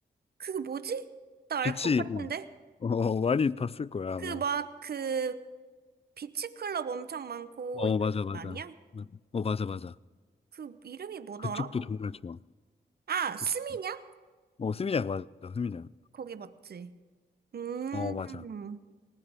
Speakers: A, on the right; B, on the left.
A: 그게 뭐지? 나 알
B: 빛이
A: 것 같은데?
B: 음, 어, 어, 많이 봤을 거야
A: 그
B: 아마.
A: 막 그 비치클럽 엄청 많고
B: 어
A: 이런
B: 맞아 맞아.
A: 거 아니야?
B: 맞아. 어 맞아 맞아.
A: 그 이름이 뭐더라?
B: 그쪽도 정말 좋아.
A: 아,
B: 그쪽도.
A: 스미냑?
B: 어 스미냑 맞아 스미냑.
A: 거기 맞지? 음,
B: 어 맞아.